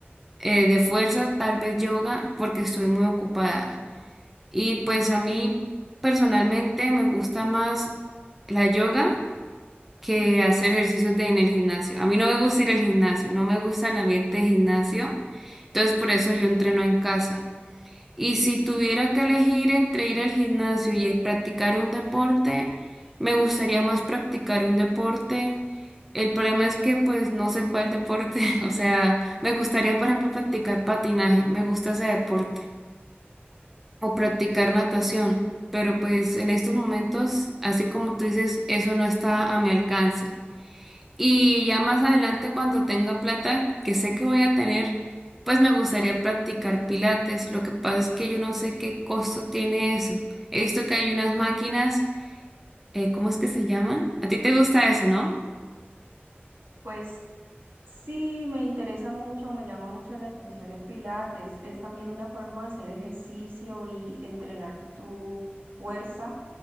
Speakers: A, in the centre; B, on the right.
A: eh, de fuerza, tal vez yoga, porque estoy muy ocupada. Y pues a mí personalmente me gusta más la yoga que hacer ejercicios de- en el gimnasio. A mí no me gusta ir al gimnasio, no me gusta el ambiente de gimnasio, entonces por eso yo entreno en casa. Y si tuviera que elegir entre ir al gimnasio y eh, practicar un deporte, me gustaría más practicar un deporte. El problema es que pues no sé cuál deporte, <laughs> o sea, me gustaría por ejemplo practicar patinaje, me gusta ese deporte, o practicar natación, pero pues en estos momentos, así como tú dices, eso no está a mi alcance. Y ya más adelante, cuando tenga plata, que sé que voy a tener, pues me gustaría practicar pilates. Lo que pasa es que yo no sé qué costo tiene eso. He visto que hay unas máquinas, eh, ¿cómo es que se llaman? A ti te gusta eso, ¿no?
B: Pues Sí, me interesa mucho, me llama mucho la atención el Pilates. Es también una forma de hacer ejercicio y entrenar tu fuerza